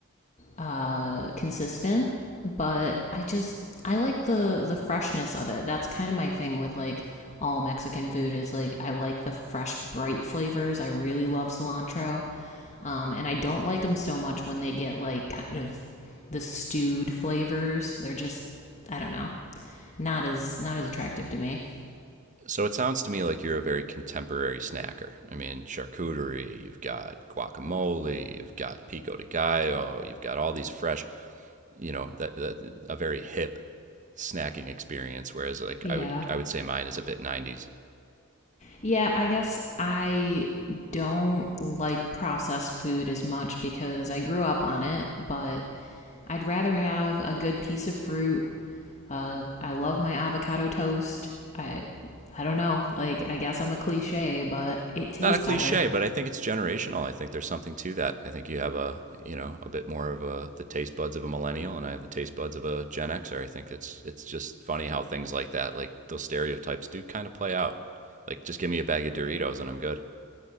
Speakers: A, on the left; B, on the right.
A: uh, consistent, but I just I like the the freshness of it. That's kind of my thing with like all Mexican food is like I like the fresh, bright flavors. I really love cilantro, um, and I don't like them so much when they get like kind of the stewed flavors. They're just I don't know, not as not as attractive to me.
B: So it sounds to me like you're a very contemporary snacker. I mean, charcuterie, you've got guacamole, you've got pico de gallo, you've got all these fresh you know that, that a very hip snacking experience whereas like
A: Yeah.
B: i would i would say mine is a bit 90s
A: Yeah, I guess I don't like processed food as much because I grew up on it, but I'd rather have a good piece of fruit. Uh, I love my avocado toast. I I don't know, like I guess I'm a cliche, but it tastes
B: not a cliche
A: better.
B: but i think it's generational i think there's something to that i think you have a you know a bit more of a the taste buds of a millennial and i have the taste buds of a gen xer i think it's it's just funny how things like that like those stereotypes do kind of play out like just give me a bag of doritos and i'm good